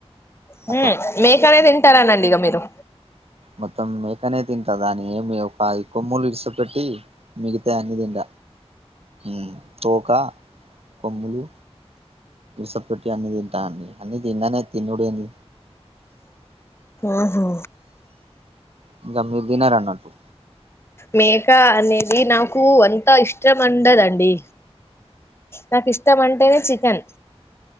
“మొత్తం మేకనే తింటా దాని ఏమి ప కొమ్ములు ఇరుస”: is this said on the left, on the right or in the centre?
Right